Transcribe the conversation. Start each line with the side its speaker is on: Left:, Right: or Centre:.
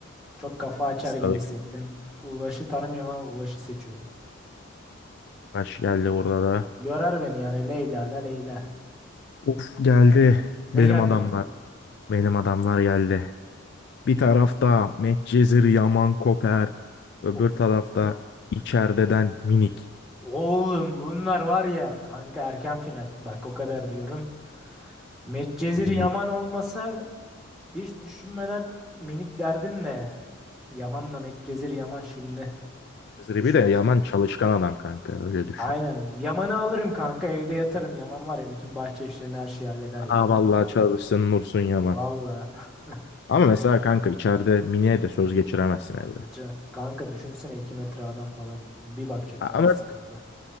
Centre: Çok kafa açar
Left: Stalık
Centre: gibi hissettim. Ulaş'ı tanımıyorum ama Ulaş'ı seçiyorum.
Left: baş geldi burada
Centre: Yorar beni yani Leyla da Leyla.
Left: Of geldi
Centre: Ne
Left: benim
Centre: geldi?
Left: adamlar. Benim adamlar geldi. Bir tarafta Medcezir Yaman Koper. Öbür
Centre: Of.
Left: tarafta içerideden Minik.
Centre: Oğlum bunlar var ya kanka erken final. Bak o kadar diyorum. Medcezir
Left: Minik.
Centre: Yaman olmasa hiç düşünmeden minik derdim de. Yaman'la Medcezir Yaman şimdi
Left: Medcezir
Centre: düşün.
Left: bir de Yaman çalışkan adam kanka öyle düşün.
Centre: Aynen. Yaman'ı alırım kanka evde yatarım. Yaman var ya bütün bahçe işlerini her şeyi halleder ya.
Left: Aa vallahi çalışsın Nursun Yaman.
Centre: Valla. <laughs>
Left: Ama mesela kanka içeride Minik'e de söz geçiremezsin evde.
Centre: geçer kanka düşünsene 2 metre adam falan bir bakacak
Left: A-
Centre: bana
Left: Ama
Centre: sıkıntı.